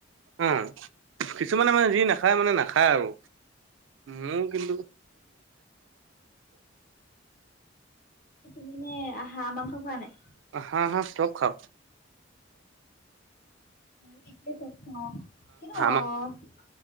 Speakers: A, on the right; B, on the left.
A: অ কিছুমানে মানে যি নাখায় মানে নাখায় আৰু মোৰ কিন্তু <unintelligible>
B: তুমি হাঁহ মাংস খোৱা নাই
A: হা হা চব খাও
B: <unintelligible>
A: মাংস